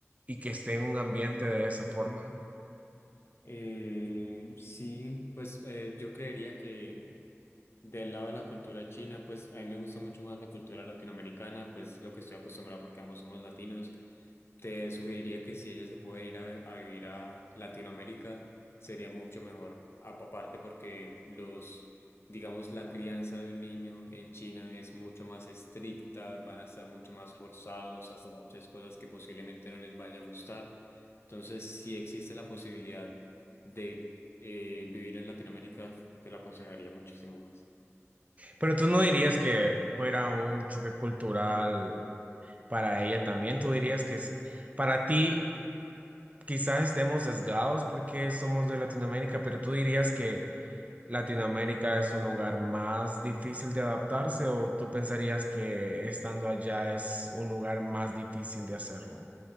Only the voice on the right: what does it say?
y que esté en un ambiente de esa forma?
Pero tú no dirías que fuera un choque cultural para ella también, tú dirías que es- para ti... Quizás estemos sesgados porque somos de Latinoamérica, pero tú dirías que Latinoamérica es un lugar más difícil de adaptarse o tú pensarías que estando allá es un lugar más difícil de hacerlo?